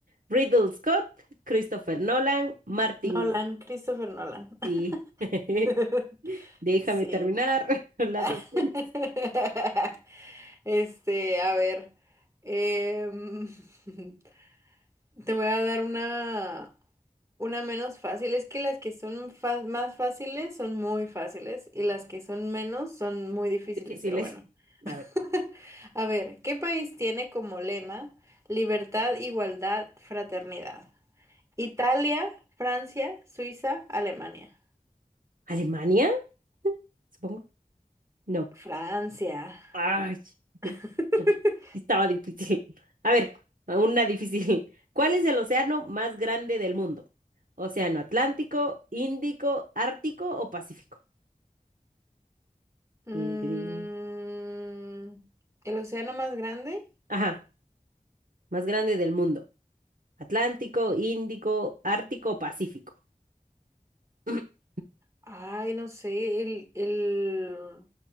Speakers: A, on the right; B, on the right.
A: Riddle Scott, Christopher Nolan, Martin.
B: Nolan, Christopher Nolan.
A: Sí. <laughs>
B: <laughs>
A: Déjame
B: Sí.
A: terminar <laughs> las
B: <laughs>
A: opciones
B: Este, a ver. em, <laughs> Te voy a dar una, una menos fácil. Es que las que son fa- más fáciles son muy fáciles y las que son menos son muy difíciles,
A: difíciles.
B: pero bueno. <laughs>
A: A ver,
B: A ver, ¿qué país tiene como lema libertad, igualdad, fraternidad? Italia, Francia, Suiza, Alemania.
A: ¿Alemania? <laughs> Supongo. No.
B: Francia.
A: Ay, <laughs> sí
B: <laughs>
A: estaba difícil. A ver, una difícil. ¿Cuál es el océano más grande del mundo? ¿Océano Atlántico, Índico, Ártico o Pacífico?
B: Mm,
A: Pin, pin, pin.
B: ¿el océano más grande?
A: Ajá, más grande del mundo. Atlántico, Índico, Ártico o Pacífico. <clears throat>
B: Ay, no sé, el, el,